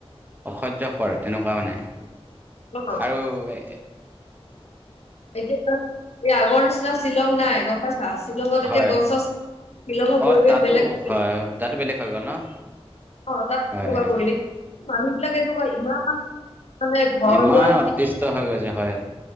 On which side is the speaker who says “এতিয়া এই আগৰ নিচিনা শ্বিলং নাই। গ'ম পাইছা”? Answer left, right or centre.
Left